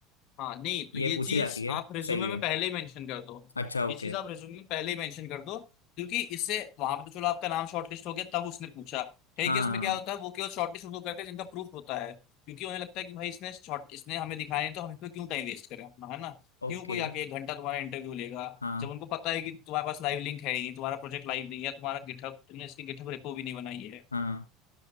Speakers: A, on the left; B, on the left.
A: हाँ नहीं तो
B: ये
A: ये
B: पूछी
A: चीज
B: जाती है
A: आप रिज्यूमे
B: सही है
A: में पहले ही मेंशन कर दो
B: अच्छा ओके
A: ये चीज आप रिज्यूमे में पहले ही मेंशन कर दो क्योंकि इससे वहां पे तो चलो आपका नाम शॉर्टलिस्ट हो गया तब उसने पूछा कई
B: हाँ
A: केस में क्या होता है वो केवल शॉर्टलिस्ट उनको करते हैं जिनका प्रूफ होता है क्योंकि उन्हें लगता है कि भाई इसने शॉर्ट इसने हमें दिखाए हैं, तो हम इसमें क्यों टाइम वेस्ट करें अपना है ना
B: ओके
A: क्यों कोई आके एक घंटा तुम्हारा इंटरव्यू लेगा
B: हाँ
A: जब उनको पता है कि तुम्हारे पास लाइव लिंक है ही नहीं तुम्हारा प्रोजेक्ट लाइव नहीं है तुम्हारा गिटहब तुमने इसकी गिटहब रेपो भी नहीं बनाई है
B: हाँ